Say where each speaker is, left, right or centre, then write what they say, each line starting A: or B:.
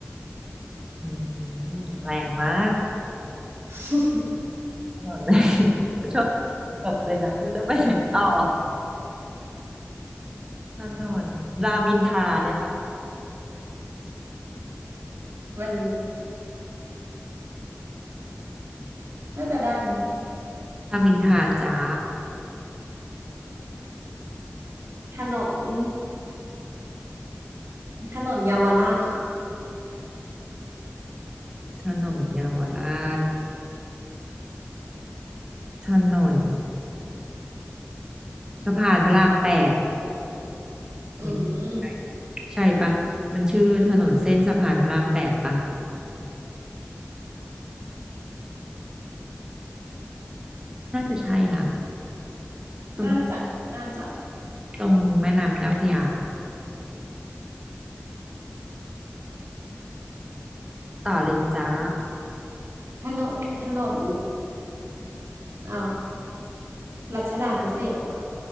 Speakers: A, on the right; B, on the right.
A: อืมแรงมาก
B: <laughs>
A: หมดเลย <laughs> ช่จบเลยนะไม่รู้จะไปไหนต่อถนนรามอินทราได้ปะ
B: มันน่าจะได้มั้ง
A: รามอินทราจ้า
B: ถนนถนนเยาวราชค่ะ
A: ถนนเยาวราชถนนสะพานพระรามแปด
B: อืม
A: ไม่ใช่ใช่ปะมันชื่อถนนเส้นสะพานพระรามแปดปะน่าจะใช่นะตรง
B: น่าจะน่าจะ
A: ตรงแม่น้ำเจ้าพระยาต่อเลยจ้า
B: ถนนถนนเอ่อรัชดาพิเศษกค่ะ